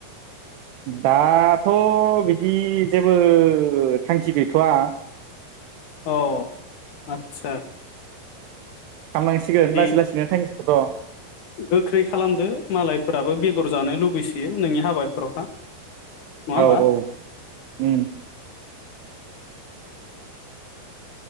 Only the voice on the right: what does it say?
दाथ बिदि जेबो थांखि गैथवा
खालामनांसिगोन
लासै लासैनो थांखिखौथ' औ
औ औ ओम